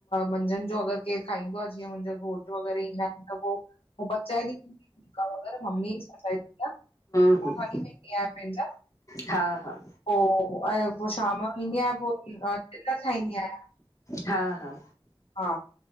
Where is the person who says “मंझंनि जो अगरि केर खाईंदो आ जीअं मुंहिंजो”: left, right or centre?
Left